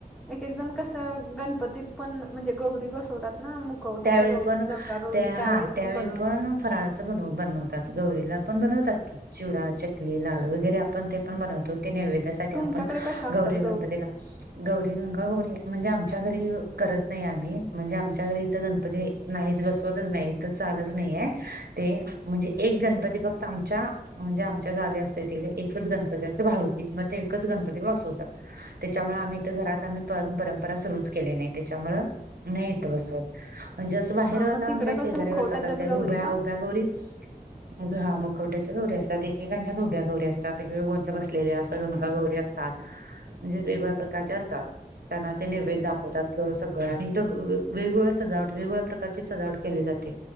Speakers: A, in the centre; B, on the right.
A: एक एक जण कस गणपतीत पण म्हणजे गौरी बसवतात ना मुखवट्याच्या
B: त्यावेळी
A: गौरी
B: पण
A: गंगा गौरी
B: त्या हा त्यावेळी
A: पण बनवतात
B: पण फराळ बनवतात गौरीला पण बनवतात की चिवडा चकली लाडू वगैरे आपण ते पण बनवतो ते नैवेद्यासाठी
A: तुमच्याकडे
B: आपण,,
A: कशा असतात
B: गौरी गणपतीलाऽ गौरी, गंगा गौरी, म्हणजे आमच्या घरी करत नाही आम्ही,, म्हणजे आमच्या घरीऽ गणपती, नाही बसवतच नाही,, तर चालतच नाहीय,, ते म्हणजे एक गणपती फक्तऽ आमच्याऽ म्हणजे आमच्या गावी असतय, तिकडे एकच गणपती असतोय,, भाऊकीत मग ते एकच गणपती बसवतात. त्याच्यामुळे आम्ही ईथ घरात, आम्ही अजून परंपरा सुरुच केली नाही, त्याच्यामुळ नाहीच बसवत. म्हणजे असं बाहेर,
A: हा मग
B: आता
A: तिकडे
B: आमच्या
A: कसं
B: शेजारी
A: मुखवट्याच्याच
B: बसतात, त्या
A: गौरी
B: उभ्या,
A: का
B: उभ्या गौरी. घ, हा,, मुखवट्याच्या गौरी असतात,, एकेकांच्या ऊब्या गौरी असतात, एक काननच्या बसलेल्या असत्यात, गंगा गौरी असतात. तात,, म्हणजेच वेगवेगळ्या प्रकारचे असतात. त्यांना ते नैव्द दाखवतात सगळं,,, आणि इथं वेगवेगळंऽ सजावट वेगवेगळ्या प्रकारची सजावट केली जाते,,